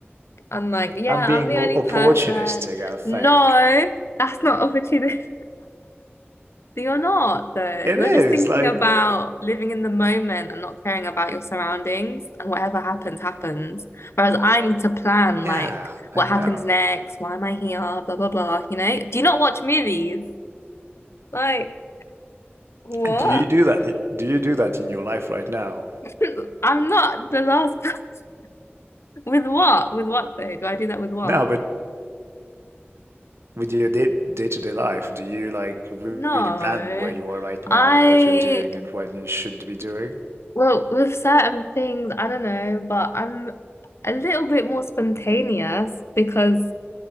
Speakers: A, on the left (about 80°); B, on the right (about 75°).
A: I'm like, yeah,
B: I'm being
A: I'm the
B: more
A: only
B: opportunistic,
A: person.
B: I think.
A: No, that's not opportunity. You're not, though.
B: It
A: You're
B: is
A: just thinking
B: like,
A: about living in the moment and not caring about your surroundings, and whatever happens, happens. Whereas I need to plan,
B: yeah,
A: like, what
B: I know.
A: happens next? Why am I here? Blah, blah, blah. You know? Do you not watch movies? Like, what?
B: Do you do that? Do you do that in your life right now?
A: <laughs> I'm not the last person. <laughs> With what? With what, though? Do I do that with what?
B: No, but With your day day-to-day life, do you like really
A: No.
B: plan where you are right now
A: I,
B: and what you're doing and what you should be doing?
A: well, with certain things, I don't know, but I'm a little bit more spontaneous because.